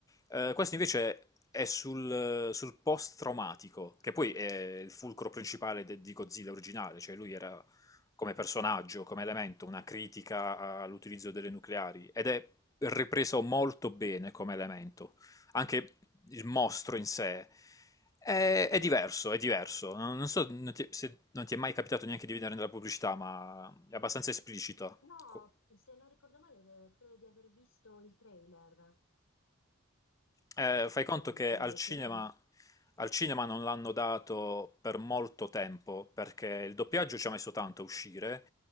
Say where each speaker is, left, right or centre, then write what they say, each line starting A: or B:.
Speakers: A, on the left; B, on the left.
A: Eh, questo invece è sul, sul post-traumatico, che poi è il fulcro principale de- di Godzilla originale, cioè lui era come personaggio, come elemento, una critica all'utilizzo delle nucleari ed è ripreso molto bene come elemento. Anche il mostro in sé è, è diverso, è diverso. Non, non so non ti- se non ti è mai capitato neanche di vedere nella pubblicità, ma è abbastanza esplicito
B: No,
A: co-
B: se non ricordo male, eh, credo di aver visto il trailer.
A: Eh, fai
B: Mm,
A: conto che
B: eh,
A: al cinema,
B: che sembra-
A: al cinema non l'hanno dato per molto tempo, perché il doppiaggio ci ha messo tanto a uscire,